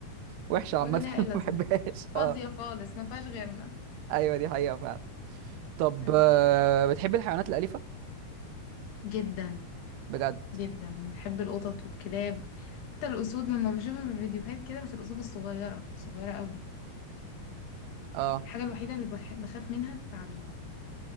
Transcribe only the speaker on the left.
ولا ليها
اي لازمة
فاضية
خالص ما فيهاش غيرنا
أيوة.
جدا
جدا بحب القطط والكلاب حتى الاسود لما بشوفها في الفيديوهات كده بس الاسود الصغيرة صغيرة قوي
الحاجة الوحيدة اللي بح- بخاف منها التعابين